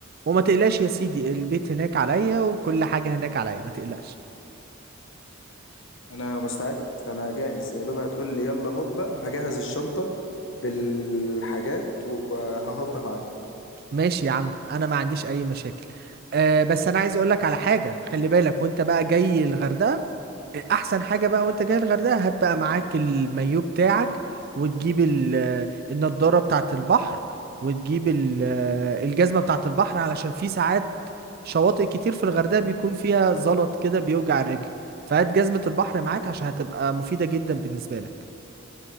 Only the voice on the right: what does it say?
وما تقلقش يا سيدي البيت هناك عليا وكل حاجة هناك عليا ما تقلقش
ماشي يا عم انا ما عنديش اي مشاكل أه بس انا عايز اقولك على حاجة خلي بالك وانت بقى جاي الغردقة احسن حاجه بقى وانت جاي الغردقه هات بقى معاك المايو بتاعك وتجيب ال- النضاره بتاعه البحر وتجيب ال- الجزمه بتاعه البحر علشان في ساعات شواطئ كتير في الغردقه بيكون فيها زلط كده بيوجع الرجل فهات جزمه البحر معاك عشان هتبقى مفيده جدا بالنسبه لك